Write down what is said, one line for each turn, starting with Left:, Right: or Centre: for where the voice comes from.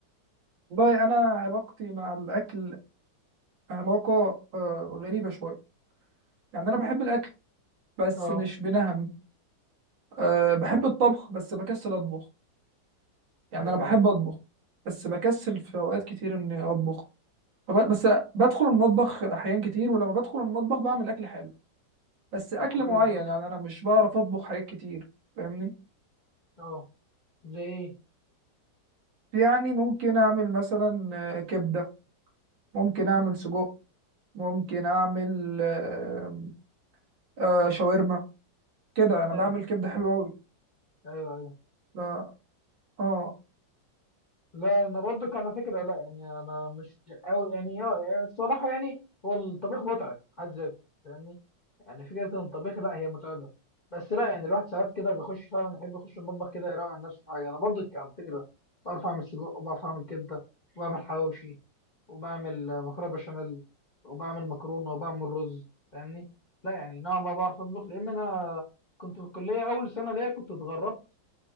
Right: والله انا علاقتي مع الاكل علاقه آه، غريبه شويه يعني انا بحب الاكل بس
Left: اه
Right: مش بنهم آه، بحب الطبخ بس بكسل اطبخ يعني
Left: ايوه
Right: انا بحب
Left: ايوه
Right: اطبخ بس بكسل في اوقات كتير اني اطبخ فب- بس بدخل المطبخ احيان كتير ولما بدخل المطبخ بعمل اكل حلو بس اكل
Left: طب كويس
Right: معين
Left: ده
Right: يعني انا مش بعرف اطبخ حاجات كتير فاهمني
Left: اه زي ايه؟
Right: يعني ممكن اعمل مثلا آه، كبده ممكن اعمل سجق ممكن اعمل آه، آه شاورما كده انا
Left: حلو
Right: بعمل كبده حلوه قوي
Left: ايوه ايوه
Right: لا اه
Left: لا انا برضو كان فكره لا يعني انا مش قوي يعني اه الصراحه يعني هو الطبيخ متعب حد ذاته يعني يعني فكره ان الطبيخ لا هي متعبه بس لا يعني الواحد ساعات كده بيخش فعلا يحب يخش المطبخ كده يروق عن نفسه حاجه انا برضو على فكره بعرف اعمل سجق وبعرف اعمل كبده وبعمل حواوشي وبعمل آه، مكرونه بشاميل وبعمل مكرونه وبعمل رز فاهمني لا يعني نوعا ما بعرف اطبخ لان انا كنت في الكليه اول سنه ليا كنت اتغربت